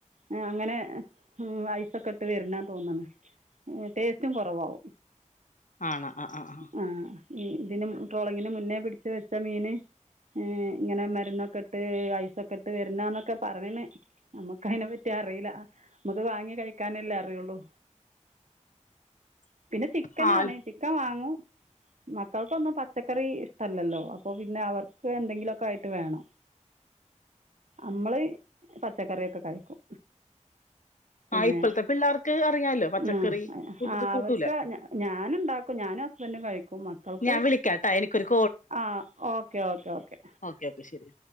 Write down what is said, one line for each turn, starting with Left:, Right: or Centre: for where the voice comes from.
Right: ഏ അങ്ങനെ ഉം ഐസൊക്കെയിട്ട് വരണാന്ന് തോന്നണ്. എ ടേസ്റ്റും കൊറവാവും
Left: ആണോ ആ ആ ആ
Right: ആഹ് ഇതിനും ട്രോളിങ്ങിനു മുന്നേ പിടിച്ചുവെച്ച മീന് ഏ ഇങ്ങനെ മരുന്നൊക്കിട്ട് ഐസൊക്കിട്ട് വരുന്നാന്നൊക്കെ പറേണ്. നമ്മക്കയ്നെപറ്റി അറീല്ല നമ്മക്ക് വാങ്ങി കഴിക്കാനല്ലേ അറിയോള്ളൂ
Left: <inaudible>
Right: പിന്നെ ചിക്കനാണേ
Left: ആ
Right: ചിക്കൻവാങ്ങും മക്കക്കൊന്നും പച്ചക്കറി ഇഷ്ടല്ലല്ലോ അപ്പൊ പിന്നെ അവർക്ക് എന്തെങ്കിലൊക്കായിട്ട് വേണം. അമ്മള് പച്ചക്കറിയൊക്കെ കഴിക്കും. പിന്നെ
Left: ആ ഇപ്പോഴത്തെ പിള്ളേർക്ക് അറിയാലോ പച്ചക്കറി
Right: ഉം
Left: കൂട്ട
Right: ആ
Left: കൂട്ടൂല
Right: അവർക്ക് ഞ ഞാനൊണ്ടാക്കും ഞാനും ഹസ്ബെന്റും കഴി ക്കും മക്കൾക്ക്
Left: ഞാൻ വിളിക്കാട്ടാ എനിക്കൊരു
Right: ആ okay okay okay.
Left: Okay okay ശെരി.